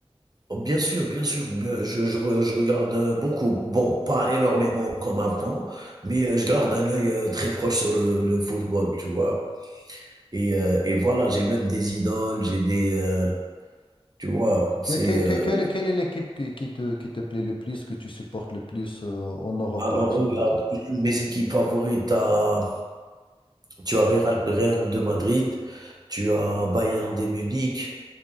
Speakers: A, on the right; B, on the left.
A: Oh, Bien sûr, bien sûr, beh, je je re je regarde, heu, beaucoup. Bon, pas énormément comme avant, mais heu, je garde un œil, heu, très proche sur le le football, tu vois? Et heu et voilà, j'ai même des idoles, j'ai des, heu, tu vois?
B: Que-
A: C'est,
B: que-
A: heu
B: que- Quelle, est quelle est l'équipe qui, qui te, qui te plaît le plus, que tu supportes le plus euh, en Europe,
A: alors
B: par exemple?
A: regarde, mes équipes favorites à Tu as Real, Real de Madrid, tu as Bayern de Munich.